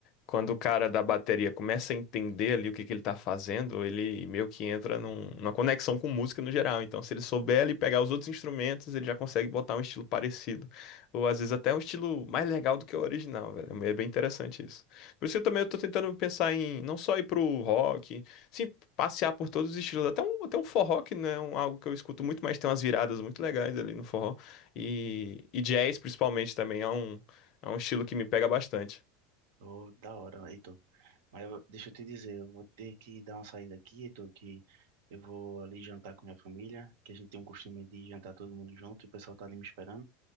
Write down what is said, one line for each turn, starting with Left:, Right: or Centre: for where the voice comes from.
Left: quando o cara da bateria começa a entender ali o que que ele tá fazendo, ele meio que entra num- numa conexão com música no geral. Então, se ele souber ali pegar os outros instrumentos, ele já consegue botar um estilo parecido. Ou às vezes até um estilo mais legal do que o original, velho. É bem interessante isso. Por isso que eu também eu tô tentando pensar em não só ir pro rock, sim, passear por todos os estilos. Até um, até um forró, que não é um- algo que eu escuto muito, mas tem umas viradas muito legais ali no forró. E, e jazz, principalmente, também é um, é um estilo que me pega bastante.
Right: Oh, da hora, Heitor. Mas eu- deixa eu te dizer, eu vou ter que dar uma saída aqui, Heitor, que eu vou ali jantar com minha família, que a gente tem um costume de jantar todo mundo junto, o pessoal tá ali me esperando.